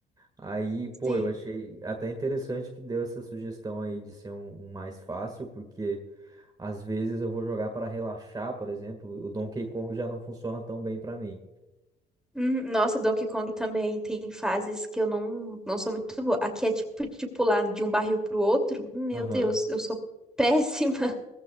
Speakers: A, on the right; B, in the centre.
A: Aí, pô,
B: Sim.
A: eu achei até interessante que deu essa sugestão aí de ser um, um mais fácil, porque às vezes eu vou jogar para relaxar, por exemplo, o Donkey Kong já não funciona tão bem para mim.
B: Uhum. Nossa, Donkey Kong também tem fases que eu não, não sou muito boa. Aqui é tipo de pular de um barril pro outro. Meu
A: Aham,
B: Deus, eu sou péssima. <laughs>